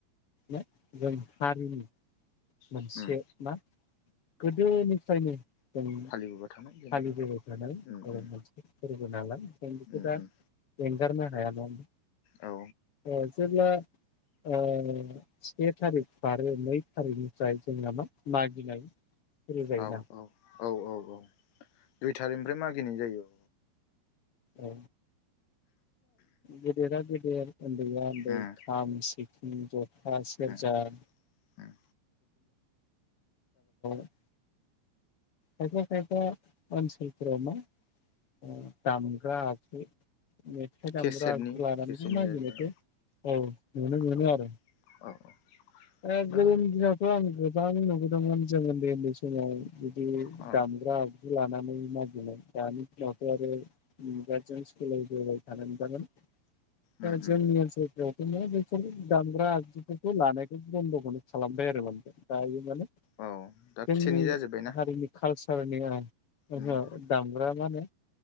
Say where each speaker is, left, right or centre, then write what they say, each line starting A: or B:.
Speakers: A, on the left (about 65°); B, on the left (about 85°).
A: ना जों हारिनि- मोनसे
B: उम
A: मा- गोदोनि- फ्रायनो जों
B: फालिबोबाय थानाय जेनेबा
A: फालिबोबाय थानाय आरो
B: उम उम
A: मोनसे फोरबो नालाय जों बेखौ
B: उम
A: दा
B: उम
A: एंगारनो- हाया न होनबा
B: औ
A: ओ जेब्ला- ओ से थारिख आरो‌ नै‌ थारिखनिफ्राय जोंना मा मागिनाय- सुरु जायोना
B: औ -औ! औ- औ -औ दुइ थारिखनिफ्राय मागिनाय जायो।
A: औ! गेदेरा‌ गेदेर दे उन्दै आ उन्दै
B: उम
A: खाम सिफुं उम दे आ सेरजा-
B: उम उम
A: <unintelligible> खायफा खायफा मानसिफ्रा मा ओ‌ दामग्रा आगजु मेथाइ दामग्रा
B: केसेटनि
A: जुलाारानखौ
B: केसेटनि
A: नायागिरनायखौ
B: जाहैबाय
A: औ। नुनो मोनो
B: औ
A: आरो।
B: औ औ!
A: <unintelligible>
B: दा
A: गोबां नुबोदोंमोन जों उन्दै उन्दै समाव बिदि
B: औ
A: दामग्रा आगजु लानानै मागिनाय दानि समनावथ' आरो मुगाजों सोलायबोबाय थानाय नजागोन दा
B: उम
A: जोंनि
B: उम
A: ओनसोलफ्रावथ' मा बेफोर दामग्रा आगजुफोरखौ लानाय बन्द'खौ खालामबाय आरो माने दायो माने
B: औ दा
A: जोंनि
B: केसेटनि जाजोब्बायना
A: हारिनि कालसार हारनिया ओंहो
B: उम
A: दामग्रा मा होनो